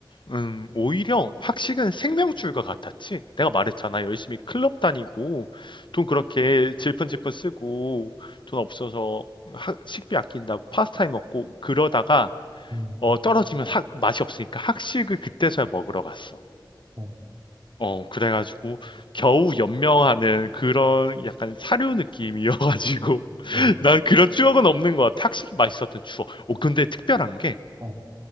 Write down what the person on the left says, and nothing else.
음, 오히려 학식은 생명줄과 같았지. 내가 말했잖아. 열심히 클럽 다니고, 돈 그렇게 질펀질펀 쓰고, 돈 없어서 하- 식비 아낀다고 파스타에 먹고, 그러다가,
어, 떨어지면 학- 맛이 없으니까 학식을 그때서야 먹으러 갔어.
어, 그래가지고 겨우 연명하는 그런 약간 사료 느낌이어가지고 <laughs>
난 그런 추억은 없는 것 같아. 확실히 맛있었던 추억. 오, 근데 특별한 게